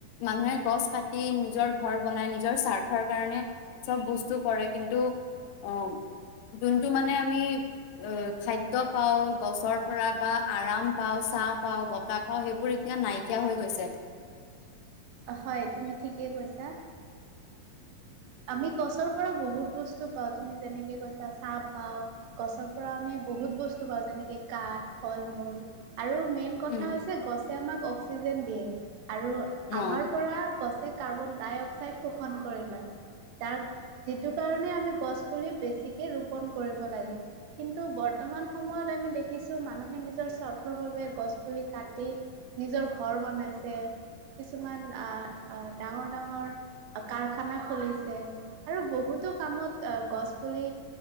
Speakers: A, on the left; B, on the right.
A: মানুহে গছ পতি নিজৰ ঘৰত বনাই নিজৰ স্বাৰ্থৰ কাৰণে। চব বস্তু কৰে, কিন্তু, অ'! যোনটো মানে, আমি অ'! খাদ্য পাওঁ গছৰ পৰা বা আৰাম পাওঁ, চাহ পাওঁ, বতাহ পাওঁ, সেইবোৰ এতিয়া নাইকিয়া হৈ গৈছে।
B: হয়, তুমি ঠিকেই কৈছা। আমি গছৰ পৰা বহুত বস্তু পাওঁ, তুমি যেনেকে কৈছা, চাহ পাওঁ। গছৰ পৰা আমি বহুত বস্তু পাওঁ। যেনেকে, কাঠ, ফল- মূল আৰু মেইন কথা
A: উম,
B: হৈছে, গছে আমাক অক্সিজেন দিয়ে। আৰু
A: অ।
B: আমাৰ পৰা গছে কাৰ্বন ডাই অক্সাইড শোষণ কৰি লয়। যাৰ যিটো কাৰণে, আমি গছ পুলি বেছিকে ৰোপন কৰিব লাগে। কিন্তু, বৰ্তমান সময়ত আমি দেখিছোঁ, মানুহে নিজৰ স্বাৰ্থৰ বাবে গছ পুলি কাটি নিজৰ ঘৰ বনাইছে। কিছুমান আঁ ডাঙৰ, ডাঙৰ কাৰখানা খুলিছে। আৰু বহুতো কামত গছ পুলি